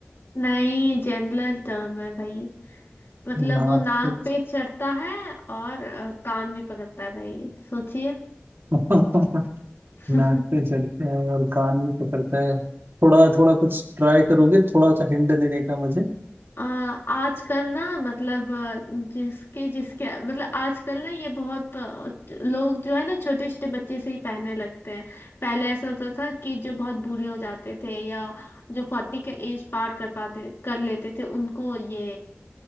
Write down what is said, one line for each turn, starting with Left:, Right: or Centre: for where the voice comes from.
Left: नहीं जनरल टर्म है भाई मतलब
Right: नाक
Left: वो नाक
Right: पे
Left: पे चढ़ता है और अ, कान भी पकड़ता है भाई सोचिए
Right: <laughs>
Left: <laughs>
Right: नाक पे चढ़ता है और कान भी पकड़ता है थोड़ा थोड़ा कुछ ट्राई करोगे थोड़ा सा हिंट देने का मुझे
Left: अ, आजकल ना मतलब अ, जिसके जिसके मतलब आजकल ना ये बहुत अ, लोग जो है ना छोटे छोटे बच्चे से ही पहनने लगते हैं पहले ऐसा होता था कि जो बहुत बूढ़े हो जाते थे या जो फोर्टी का एज पार कर पाते कर लेते थे उनको ये